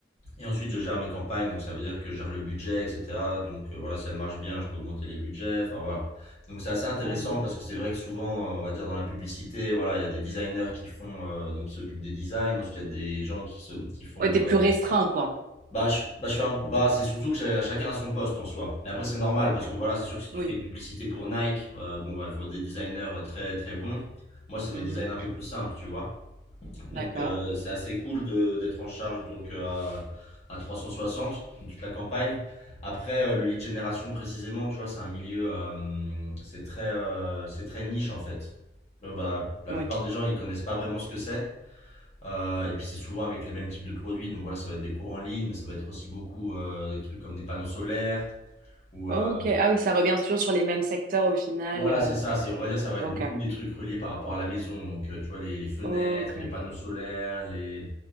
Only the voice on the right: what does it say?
Mmh.
Ouais, tu
plus restreint, quoi.
C'est OK.
Oui.
Mmh
D'accord.
Oui.
OK.
Ah oui, ça revient toujours sur les mêmes secteurs au final.
euh.
OK.
OK.